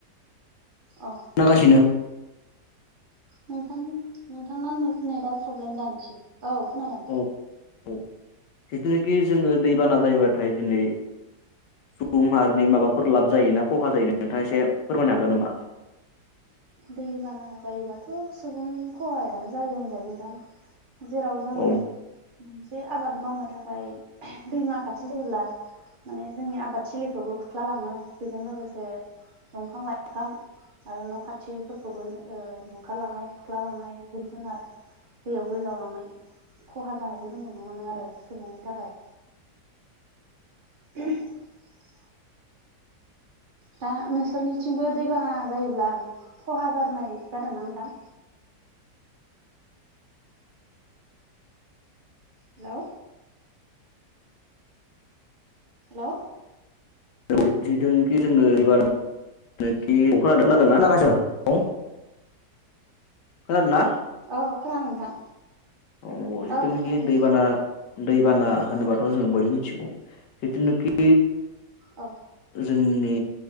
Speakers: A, on the right; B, on the left.
A: औ
B: नागासिनो
A: नोंथां नोंथांना नेट-नेटा प्रब्लेम दां एसे औ खोनादों।
B: औ औ जिथुनाखि जोङो दैबाना जायोबाथाय दिनै सुबुं माहारिनि माबाफोर लाब जायोना खहा जायो नोंथाङा एसे फोरमायनो हागोन नामा?
A: दैबाना जायोबाथ' सुबुंनि खहायानो जायो होनजायो नोंथां। जेराव जों
B: औ
A: मोनसे आबाद मावनो थाखाय दैमा खाथि जायोब्ला माने जोंनि आबादथिलिखौबो खुरख्लालाङो। बेजों लोगोसे दंफां लाइफां आरो न' खाथिफोरखौबो ओ बुखारलांनाय खुख्लालांनाय जिब जुनार दैयाव गोजाव लांनाय खहा जानायखौ जों नुनो मोनो आरो सुबुंनि थाखाय।
B: <inaudible>
A: <inaudible> दा नोंसोरनिथिंबो दैबाना जायोब्ला खहा जानाय जादोंना नोंथां?
B: <inaudible>
A: हेलौ। हेलौ।
B: <unintelligible> जिथुनोखि जोङो एबार नोखि <unintelligible> अखा <unintelligible> खोनादोंना
A: औ
B: <unintelligible> खोनागासिनो। खोनादों ना?
A: औ खोनादों नोंथां
B: औ नंगौ जिथुनाखि
A: औ खोनादों
B: दैबाना दैबाना होनोबाथ' जोङो बयबो मिथिगौ। जिथुनाखि
A: औ।
B: जोंनि